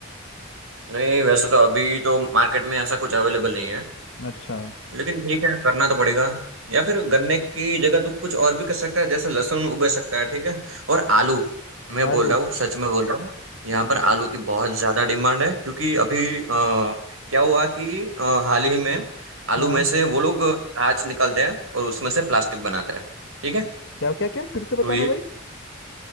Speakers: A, on the right; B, on the left.
A: नहीं वैसे तो अभी तो मार्केट में ऐसा कुछ अवेलेबल नहीं है
B: अच्छा
A: लेकिन ठीक है करना तो पड़ेगा या फिर गन्ने की जगह तू कुछ और भी कर सकता है जैसे लहसुन उगा सकता है ठीक है और आलू मैं
B: आलू
A: बोल रहा हूँ सच में बोल रहा हूँ यहाँ
B: हाँ
A: पर आलू की बहुत ज्यादा डिमांड है क्योंकि
B: हाँ
A: अभी अ, क्या हुआ कि अ, हाल ही में आलू
B: हाँ
A: में से वो लोग अनाज निकालते हैं और उसमें से प्लास्टिक बनाते हैं ठीक है
B: क्या क्या क्या फिर से बताना
A: तो ये
B: भाई